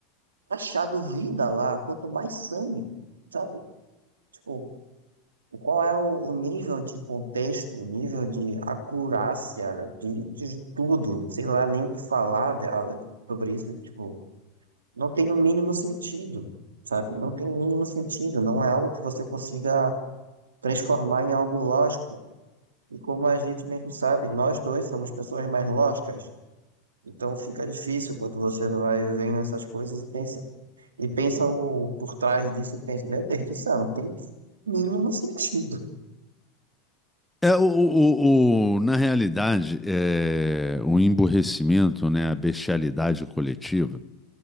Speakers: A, on the right; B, in the centre.
A: achado vida lá, quanto mais sangue, sabe? Tipo, qual é o, o nível de contexto, o nível de acurácia, de, de tudo, sei lá, nem o que falar de- a- sobre isso, tipo, não tem o mínimo sentido, sabe? Não tem o mínimo sentido, não é algo que você consiga transformar em algo lógico. E como a gente mesmo sabe, nós dois somos pessoas mais lógicas, então fica difícil quando você vai vendo essas coisas e pensa E pensa o, por trás disso e pensa, meu Deus do céu, não tem mínimo sentido.
B: É, o, o- o- o- na realidade, é, o emburrecimento, né, a bestialidade coletiva,